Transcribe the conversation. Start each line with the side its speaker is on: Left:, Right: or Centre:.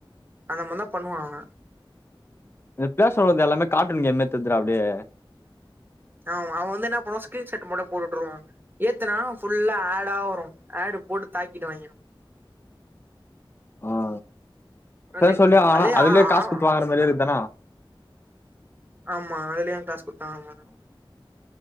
Right: அந்த மார் தா பண்ணுவா அவ
Left: ப்ளே ஃஸ்டோர்ல உள்ளதெல்லாமே கார்ட்டூன் கேம் மாரி தெர்துடா அப்டியே
Right: ஆமா அவ வந்து என்ன பண்ணுவா ஸ்கிரீன்ஷாட்டு மட்டு போட் உட்ருவா ஏத்துனா ஃபுல்லா ஏடா வரு ஏடு போட்டு தாக்கிடுவாய்ங்க
Left: ஆ ப்ளேஸ்டோர்லே
Right: நெட்
Left: வாங்குனா
Right: அதே
Left: அதுலே
Right: ஆ-
Left: காஸ்
Right: ஆ-
Left: குட்த்து வாங்கற மாரியே இருக் தான
Right: ஆமா அதுலயு காஸ் குட்த் தா வாங்கற மார் இருக்கு